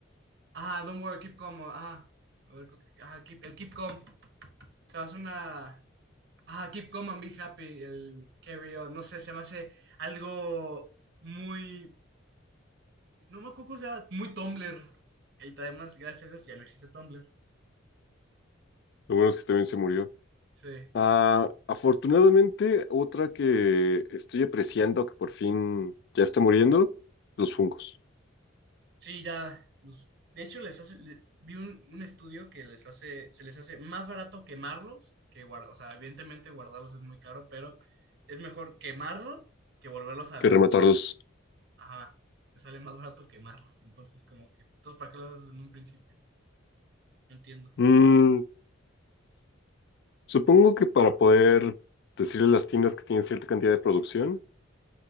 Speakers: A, on the right; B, on the left.
A: Ah, don't worry, keep calm. Ah, a ver, creo que- ah, keep, el keep calm. Se me hace una. Ah, keep calm and be happy. El carry on. No sé, se me hace algo muy. No me acuerdo, o sea, muy Tumblr. Y además, gracias a Dios, ya no existe Tumblr.
B: Lo bueno es que también se murió.
A: Sí.
B: Ah, afortunadamente, otra que estoy apreciando que por fin ya está muriendo, los fungos.
A: Sí, ya. los- De hecho, les hace. le- vi un, un estudio que les hace. Se les hace más barato quemarlos que guardar. O sea, evidentemente guardarlos es muy caro, pero es mejor quemarlos que volverlos a
B: Que
A: vender.
B: rematarlos.
A: Ajá, te sale más barato quemarlos. Entonces, como que, entonces, ¿para qué los haces en un principio? No entiendo.
B: Mm, supongo que para poder decirle a las tiendas que tienen cierta cantidad de producción,